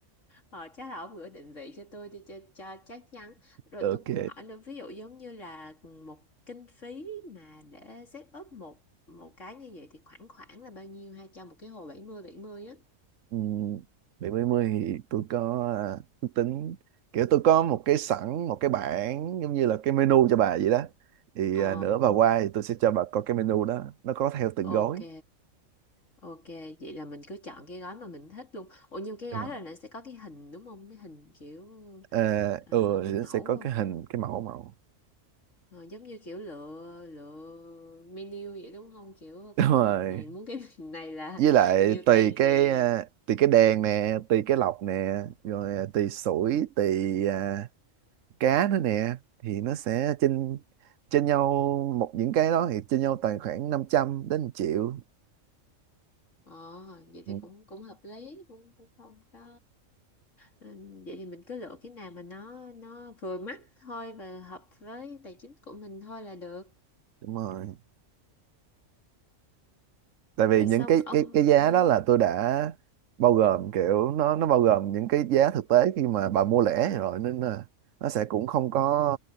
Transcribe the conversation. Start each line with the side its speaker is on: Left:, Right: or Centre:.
Left: ờ, chắc là ông gửi định vị cho tôi đi cho, cho chắc chắn
Right: <laughs>
Left: rồi
Right: ok
Left: tôi cũng hỏi nữa ví dụ giống như là một kinh phí mà để set up một một cái như vậy thì khoảng khoảng là bao nhiêu ha cho một cái hồ bảy mươi bảy mươi á
Right: Ừ, bảy mấy mươi thì tôi có à, ước tính kiểu tôi có một cái sẵn một cái bảng giống như là cái menu cho bà vậy đó thì
Left: ờ
Right: à, nữa bà qua thì tôi sẽ cho bà coi cái menu đó nó có theo từng
Left: ok
Right: gói
Left: Ok, vậy là mình cứ chọn cái gói mà mình thích luôn. Ủa nhưng cái
Right: đúng
Left: gói
Right: không
Left: là nó sẽ có cái hình đúng không? Cái hình kiểu
Right: ờ
Left: à,
Right: ừ
Left: cái
Right: thì nó
Left: mẫu
Right: sẽ có
Left: không?
Right: cái hình cái mẫu mẫu
Left: Ờ, giống như kiểu lựa lựa menu vậy đúng không? Kiểu
Right: <laughs> đúng
Left: có cái
Right: rồi
Left: hình này muốn cái <laughs> hình này là
Right: với lại
Left: nhiều
Right: tùy
Left: tay
Right: cái
Left: tiền.
Right: à, tùy cái đèn nè tùy cái lọc nè rồi à, tùy sủi tùy à, cá nữa nè thì nó sẽ trên trên nhau một những cái đó thì trên nhau tầm khoảng 500 đến 1 triệu
Left: Ờ, vậy thì
Right: Ừ,
Left: cũng cũng hợp lý cũng cũng không có ừ, vậy thì mình cứ lựa cái nào mà nó nó vừa mắt thôi và hợp với tài chính của mình thôi là được.
Right: đúng rồi tại vì
Left: Rồi
Right: những
Left: xong
Right: cái
Left: ông
Right: cái cái giá
Left: ừ.
Right: đó là tôi đã bao gồm kiểu nó nó bao gồm những cái giá thực tế khi mà bà mua lẻ rồi nên là nó sẽ cũng không có